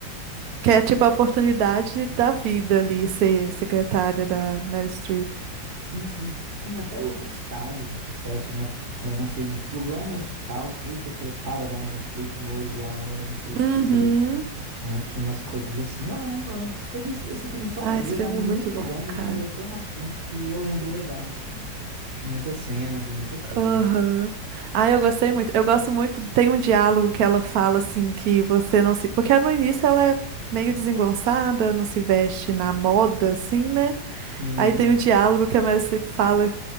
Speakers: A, on the right (about 70°); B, on the right (about 45°).
A: Que é tipo a oportunidade da vida ali, ser secretária da Meryl Streep.
B: Sim, sim. Tinha até outros casos de sucesso, né? É, não sei, fulana de tal foi secretária da Meryl Streep e hoje ela era não sei
A: Uhum.
B: o quê, né? Tinha umas coisas assim. Eu lembro, eu lembro. Eu vi esse esse filme só uma
A: Ah,
B: vez,
A: esse filme
B: há muitos
A: é muito bom,
B: anos,
A: cara.
B: mas ele é tão marcante que eu lembro legal, assim, de, de muita cena, de muita coisa.
A: Aham. Ah, eu gostei muito. Eu gosto muito. Tem um diálogo que ela fala assim que você não se. Porque no início ela é meio desengonçada, não se veste na moda, assim, né?
B: Sim.
A: Aí tem um diálogo que a Meryl Streep fala